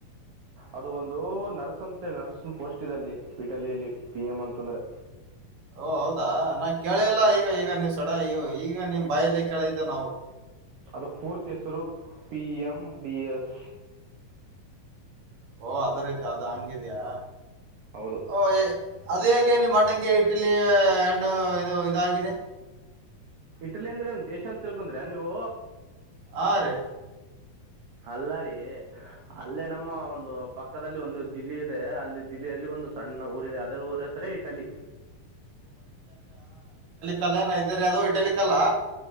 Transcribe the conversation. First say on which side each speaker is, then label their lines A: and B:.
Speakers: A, on the right (about 50°); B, on the right (about 70°).
A: ಅದು ಒಂದು ನರ್ಸ್ ಅಂತ ನರ್ಸ್ ಪೋಸ್ಟ್ ಇದೆಲ್ಲಿ ಇಟಲಿಯಲ್ಲಿ ಪಿ ಎಂ ಅಂತಂದ್ರೆ
B: ಓ ಹೌದಾ ನಾ ಕೇಳಿಲ್ಲ ಈಗ ಈಗ ನೀವು ಸಡ ಈಗ ನಿಮ್ ಬಾಯಲ್ಲಿ ಕೇಳಿದ್ದ ನಾವು
A: ಅದು ಪೂರ್ತಿಯ Swaroop P M D S
B: ಓಹ ಅದ ರೈತಿ ಅದು ಹಂಗಿದ್ಯಾ
A: ಹೌದು
B: ಓ ಏ- ಅದು ಹೇಗೆ ನಿಮ್ಮ ಅಣ್ಣಗೆ ಇಟಲಿ ಹಣ್ಣು ಇದು ಇದಾಗಿದೆ
A: ಇಟಲಿ ಅಂದ್ರೆ ದೇಶ ಅಂತ ತಿಳ್ಕೊಂಡ್ರ ನೀವು
B: ಹಾ ರೀ
A: ಅಲ್ಲಾರಿ ಅಲ್ಲೇ ನಮ್ಮ ಒಂದು ಪಕ್ಕದಲ್ಲಿ ಒಂದು ಜಿಲ್ಲೆ ಇದೆ ಅಲ್ಲಿ ಜಿಲ್ಲೆಯಲ್ಲಿ ಒಂದು ಸಣ್ಣ ಊರ ಇದೆ ಅದರ ಊರ ಹೆಸರ ಇಟಲ್ಲಿ
B: ಕಲ್ಯಾಣ ಇದ್ದೀರಿ ಅದು ಇಟಲಿಕ್ ಅಲ್ಲಾ